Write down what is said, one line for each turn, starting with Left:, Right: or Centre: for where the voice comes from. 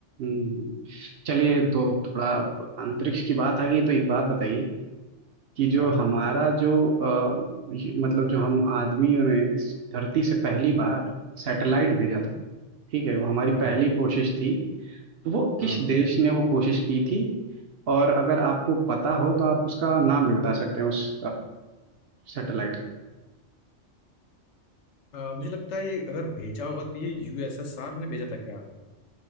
Right: हम्म हम्म। चलिए तो थोड़ा अब अंतरिक्ष की बात आ गई तो एक बात बताइए कि जो
Left: हाँ
Right: हमारा जो अ, ये- मतलब जो हम आदमियों ने इस धरती से पहली बार सैटेलाइट भेजा
Left: हम्म
Right: था ठीक है वो हमारी
Left: हाँ
Right: पहली कोशिश थी तो वो किस
Left: हाँ
Right: देश ने वो कोशिश की थी और अगर आपको पता हो तो आप उसका नाम भी बता सकते हैं उस सैटेलाइट का
Left: अ, मुझे लगता है ये अगर भेजा होगा तो ये यूएसएसआर ने भेजा था क्या